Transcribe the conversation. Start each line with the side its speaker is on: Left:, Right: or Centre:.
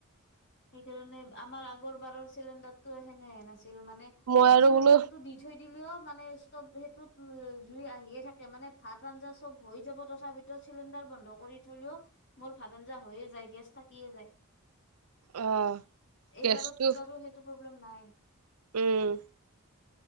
Left: সেইকাৰণে আমাৰ আগৰ বাৰৰ চিলিণ্ডাৰতটো হেনে হেন আছি ছিল মানে
Right: মই আৰু
Left: চিলানডাকতটো
Right: বোলো
Left: দি থৈ দিলে অ। মানে স্তব সেইটো জুই আহিয়ে থাকে মানে ভাত আঞ্জাব হৈ যাব তথাপিতো চিলিণ্ডাৰ টো। বন্ধ কৰি থলেও মোৰ ভাত আঞ্জা হৈয়ে যায় গেছ থাকিয়ে যায়
Right: অ
Left: এইবাৰততো
Right: গেছটো
Left: তাতো সেইটো প্ৰব্লেম নাই
Right: উম